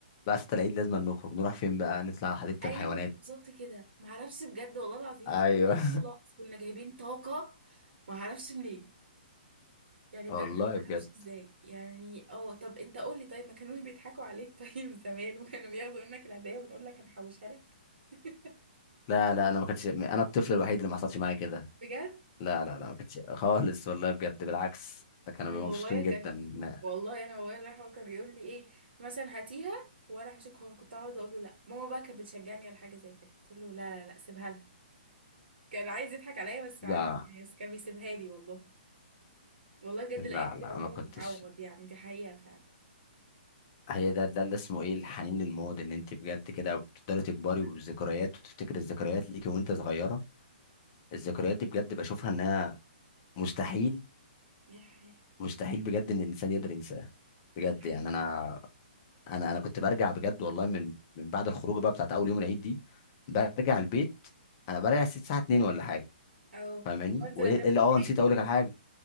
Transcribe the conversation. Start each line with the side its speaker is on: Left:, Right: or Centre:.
Left: بقى ستة العيد لازم نخرج نروح فين بقى نطلع على حديقة
Right: ايوه
Left: الحيوانات
Right: بالظبط كده ما اعرفش بجد والله العظيم
Left: ايوه
Right: سبحان الله بس كنا جايبين طاقه ما اعرفش منين
Left: <laughs>
Right: يعني بجد
Left: والله
Right: ما
Left: بجد
Right: اعرفش ازاي يعني اه طب انت قول لي طيب ما كانوش بيضحكوا عليك <laughs> طيب زمان وكانوا بياخدوا منك العيدية ونقول لك هنحوشها لك <laughs>
Left: لا لا انا ما كنتش انا الطفل الوحيد اللي ما حصلش معايا كده
Right: بجد
Left: لا لا لا ما كانتش <laughs> خالص والله بجد بالعكس ده كانوا
Right: انا
Left: بيبقوا
Right: بابايا
Left: مبسوطين جدا
Right: كان
Left: لا
Right: والله انا بابايا الله يرحمه كان بيقول لي ايه مثلا هاتيها وانا هشك هو كنت اقعد اقول له لا ماما بقى كانت بتشجعني على حاجه زي كده تقول له لا لا لا سيبها لها كان عايز يضحك عليا بس
Left: لا
Right: عارف يعني بس كان بيسيبها لي والله والله بجد
Left: لا
Right: الايام
Left: لا
Right: دي عمرها
Left: ما
Right: ما
Left: كنتش
Right: تتعوض يعني دي حقيقه فعلا
Left: هي ده ده اللي اسمه ايه الحنين للماضي ان انت بجد كده بتفضلي تكبري
Right: اه
Left: وبالذكريات وتفتكري الذكريات ليكي وانت صغيره الذكريات دي بجد بشوفها انها مستحيل
Right: دي حقيقه
Left: مستحيل بجد ان الانسان يقدر ينساها بجد
Right: دي حقيقه
Left: يعني انا انا انا كنت برجع بجد والله من من بعد الخروجه بقى بتاعت اول يوم العيد دي برجع البيت انا برجع الساعه 2 ولا حاجه
Right: اه
Left: فاهماني
Right: وانزل
Left: وايه
Right: اكمل
Left: إيه اللي اه
Right: تاني
Left: نسيت اقول لك على حاجه